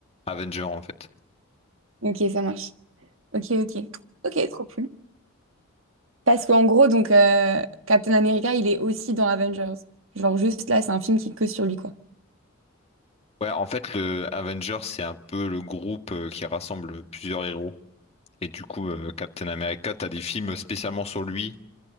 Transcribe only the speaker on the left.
Avenger, en fait.
Ouais, en fait, le Avengers, c'est un peu le groupe euh, qui rassemble plusieurs héros. Et du coup, euh, Captain America, t'as des films spécialement sur lui.